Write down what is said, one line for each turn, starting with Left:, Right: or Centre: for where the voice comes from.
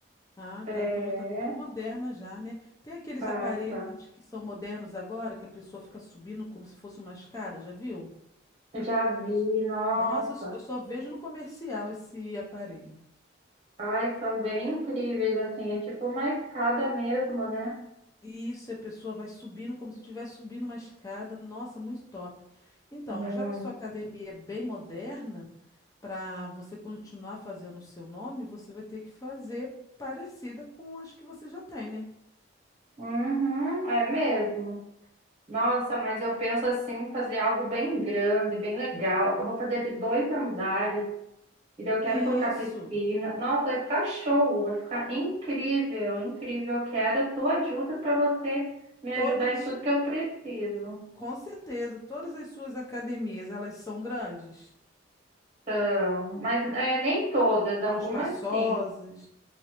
Left: Ah,
Right: É,
Left: tá. Então já está bem moderna já, né? Tem aqueles
Right: carta.
Left: aparelhos que são modernos agora, que a pessoa fica subindo como se fosse uma escada, já viu?
Right: Já vi,
Left: Eu-
Right: nossa.
Left: nossa, eu só vejo no comercial esse aparelho.
Right: Ai, são bem incríveis, assim. É tipo uma escada mesmo, né?
Left: E Isso, a pessoa vai subindo como se estivesse subindo uma escada. Nossa, muito top. Então,
Right: Muito.
Left: já que sua academia é bem moderna, para você continuar fazendo o seu nome, você vai ter que fazer parecida com as que você já tem, né?
Right: Uhum, é mesmo. Nossa, mas eu penso assim, fazer algo bem grande, bem legal. Eu vou fazer de dois andares, e daí eu quero
Left: Isso.
Right: colocar piscina. Nossa, vai ficar show, vai ficar incrível, incrível. Eu quero a tua ajuda para você me ajudar
Left: Todas
Right: em tudo que eu preciso.
Left: Com certeza, todas as suas academias, elas são grandes,
Right: Então, mas é, nem todas, algumas
Left: são espaçosas
Right: sim,